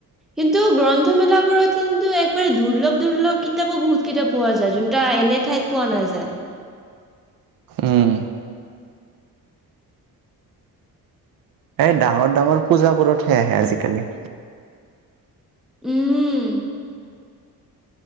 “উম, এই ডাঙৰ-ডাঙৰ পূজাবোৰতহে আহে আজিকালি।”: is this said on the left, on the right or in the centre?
Right